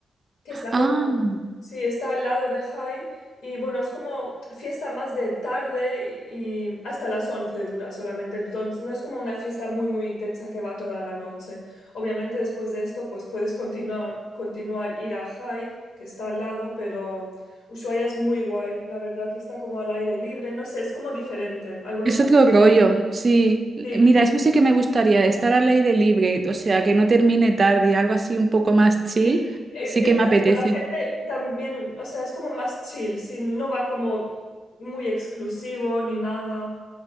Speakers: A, on the left; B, on the right.
A: que está
B: Ah.
A: como, sí, está al lado de High y bueno, es como fiesta más de tarde y hasta las 11 dura solamente, entonces no es como una fiesta muy, muy intensa que va toda la noche. Obviamente después de esto, pues puedes continuar, continuar ir a High, que está al lado, pero Ushuaia es muy guay, la verdad, que está como al aire libre, no sé, es como diferente, algo
B: Es otro rollo, sí.
A: diferente.
B: Mira, eso sí que me gustaría, estar al aire libre, o sea, que no termine tarde, algo así un poco más chill,
A: Sí, e-
B: sí
A: exacto,
B: que me apetece.
A: la gente también, o sea, es como más chill, sí, no va como muy exclusivo ni nada.